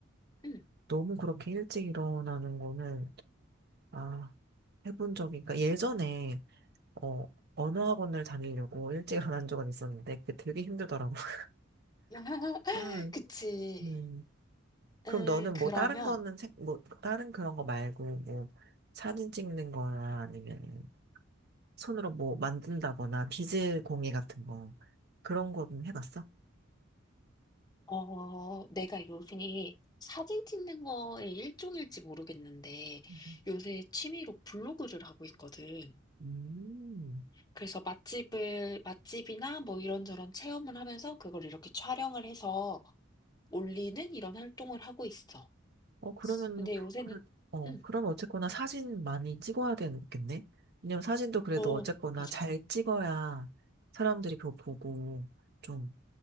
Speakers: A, on the left; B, on the right.
A: 응.
B: 너무 그렇게 일찍 일어나는 거는, 아, 해본 적이, 그러니까 예전에, 어, 언어학원을 다니려고 일찍 일어난 적은 있었는데, 그게 되게 힘들더라고. <laughs>
A: <laughs>
B: 음,
A: 그치.
B: 음. 그럼
A: 음,
B: 너는
A: 그러면,
B: 뭐 다른 거는, 생- 뭐, 다른 그런 거 말고, 뭐, 사진 찍는 거나 아니면 손으로 뭐 만든다거나 비즈 공예 같은 거 그런 거는 해봤어?
A: 어, 내가 요새 사진 찍는 거에 일종일지 모르겠는데,
B: 음,
A: 요새 취미로 블로그를 하고 있거든.
B: 음.
A: 그래서 맛집을 맛집이나 뭐 이런저런 체험을 하면서 그걸 이렇게 촬영을 해서 올리는 이런 활동을 하고 있어.
B: 어, 그러면,
A: 근데
B: 그
A: 요새는
B: 어,
A: 응,
B: 그럼 어쨌거나 사진 많이 찍어야 되겠네? 왜냐면 사진도 그래도
A: 어,
B: 어쨌거나
A: 맞아.
B: 잘 찍어야 사람들이 그거 보고 좀